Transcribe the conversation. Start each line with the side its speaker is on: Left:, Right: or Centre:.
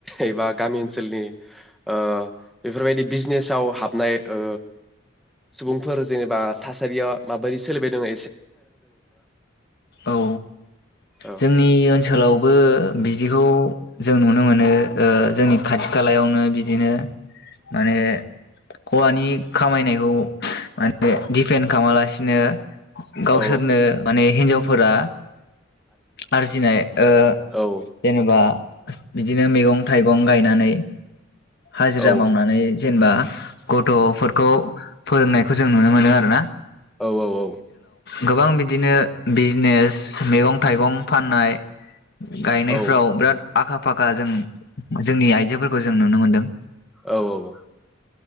Centre: एबा गामि ओनसोलनि ओ बेफोरबायदि बिजनेसाव हाबनाय ओ सुबुंफोर जेनेबा थासारियाव माबायदि सोलिबायदोंङो
Left: औ
Centre: औ
Left: जोंनि ओनसोलाव बो बिदिखौ जों नुनो मोनो ओ जोंनि खाथि खालायावनो बिदिनो माने हौवानि खामायनायखौ माने दिपेन्ड खालामालासिनो गावसोरनो
Centre: औ
Left: माने हिन्जावफोरा आरजिनाय ओ
Centre: औ
Left: जेनेबा बिदिनो मैगं-थाइगं गायनानै हाजिरा
Centre: औ औ
Left: मावनानै जेनेबा गथफोरखौ फोरोंनायखौ जों नुनो मोनो आरो ना
Centre: औ औ औ
Left: गोबां बिदिनो बिजनेस मैगं-थाइगं फाननाय गायनायफ्राव
Centre: औ
Left: बिराद आखा फाखा जों जोंनि आइजोफोरखौ जों नुनो मोनदों
Centre: औ औ औ